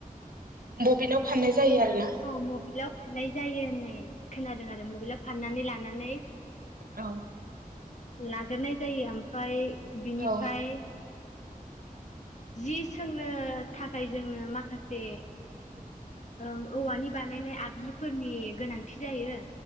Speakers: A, on the right; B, on the left.
A: बबिनाव फाननाय जायो आरोना
B: औ मबिलाव फाननाय जायो होननाय खोनादों आरो मबलयाव फाननानै लानानै
A: औ
B: लाग्रोनाय जायो ओमफफ्राय बिनिफ्राय
A: औ
B: जि सोंनो थाखाय जोंनो माखासे ओं औवानि बानायनाय आगजु फोरनि गोनांथि जायो।